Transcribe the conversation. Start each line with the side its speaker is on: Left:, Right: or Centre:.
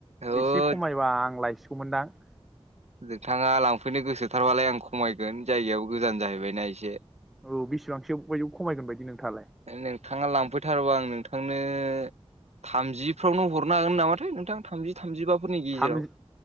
Right: होद
Centre: एसे खमायबा आं लायसिगौमोनदां
Right: नोंथाङा लांफैनो गोसोथारबालाय आं खमायगोन जायगायायावो गोजान जाहैबायना एसे
Centre: औ बेसेबांसो बायदि खमायगोन बायदि नोंथाङालाय
Right: नोंथाङा लांफैथारोबा आं नोंथांनो थामजिफ्रावनो हरनो हागोन नामाथाय नोंथां थामजि थामजिबाफोरनि गेजेराव
Centre: थामजि